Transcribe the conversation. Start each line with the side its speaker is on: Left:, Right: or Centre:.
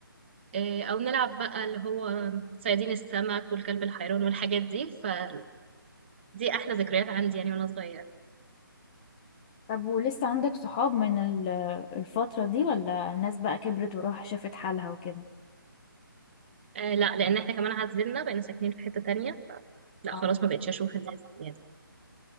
Right: آه، أو نلعب بقى اللي هو صيادين السمك والكلب الحيران والحاجات دي فدي أحلى ذكريات عندي يعني وأنا صغير
Left: طب ولسه عندك صحاب من ال- الفتره دي ولا الناس بقى كبرت وراح شافت حالها وكده
Right: آه لا لأن احنا كمان عزلنا بقينا ساكنين في حتة تانية لا
Left: اه
Right: خلاص ما بقتش أشوف الناس يعني